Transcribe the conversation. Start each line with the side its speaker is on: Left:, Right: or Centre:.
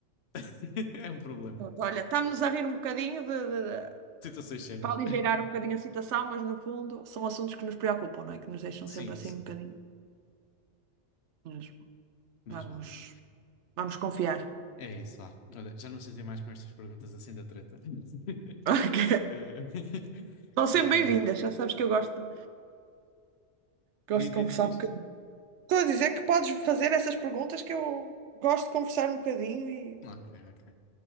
Left: <laughs> é um problema.
Right: Pronto, olha, estamos a rir um bocadinho de- de- de-
Left: Situações sérias.
Right: para aligeirar um bocadinho a situação, mas no fundo são assuntos que nos preocupam, não é? Que nos deixam
Left: Sim,
Right: sempre assim
Left: sim.
Right: um bocadinho. Mas
Left: Mas
Right: vamos,
Left: vá, olha.
Right: vamos confiar.
Left: É isso, vá. Olha, já não chatei mais com estas perguntas assim da treta. <laughs>
Right: <laughs> Ok.
Left: Eh, <laughs>
Right: São sempre
Left: que-
Right: bem-vindas, já sabes que eu gosto, gosto
Left: Diz,
Right: de conversar
Left: diz, diz, diz.
Right: um bocadinho. Estou a dizer que podes fazer essas perguntas que eu gosto de conversar um bocadinho e,
Left: Ok, ok.